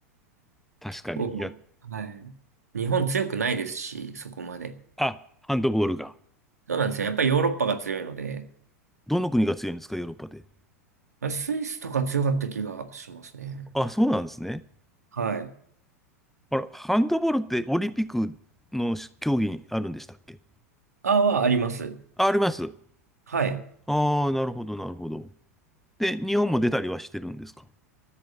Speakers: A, in the centre; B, on the right (about 80°).
A: 確かに。
B: こう、
A: いや、
B: はい。日本強くないですし、そこまで。
A: あ、ハンドボールが。
B: そうなんですよ。やっぱりヨーロッパが強いので、
A: どの国が強いんですか、ヨーロッパで。
B: まあスイスとか強かった気がしますね。
A: あ、そうなんですね。
B: はい。
A: あれ、ハンドボールってオリンピックの競技にあるんでしたっけ
B: ああはあります。
A: あ、あります。
B: はい。
A: ああ、なるほど、なるほど。で、日本も出たりはしてるんですか